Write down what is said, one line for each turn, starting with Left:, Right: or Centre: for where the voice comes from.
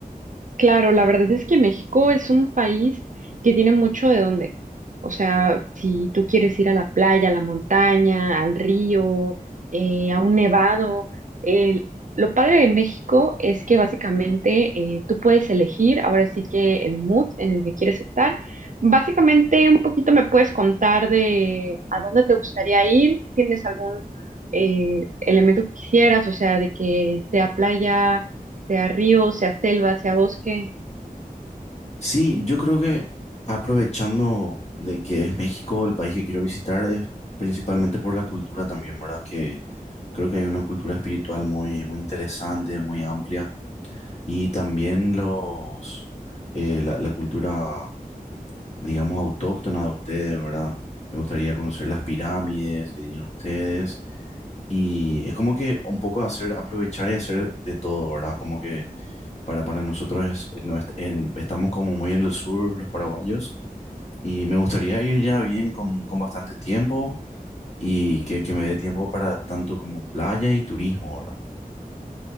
Right: Claro, la verdad es que México es un país que tiene mucho de dónde. O sea, si tú quieres ir a la playa, a la montaña, al río, eh, a un nevado, el- lo padre de México es que básicamente eh, tú puedes elegir ahora sí que el mood en el que quieres estar. Básicamente un poquito me puedes contar de a dónde te gustaría ir, tienes algún eh, elemento que quisieras, o sea, de que sea playa sea río, sea selva, sea bosque.
Left: Sí, yo creo que aprovechando de que es México el país que quiero visitar, es principalmente por la cultura también, ¿verdad? Que creo que hay una cultura espiritual muy, muy interesante, muy amplia. Y también los, eh, la, la cultura, digamos, autóctona de ustedes, ¿verdad? Me gustaría conocer las pirámides que tienen ustedes. Y es como que un poco hacer, aprovechar y hacer de todo, ¿verdad? Como que para, para nosotros es- no, est- en- estamos como muy en el sur, los paraguayos. Y me gustaría ir ya bien con, con bastante tiempo y que, que me dé tiempo para tanto como playa y turismo, ¿verdad?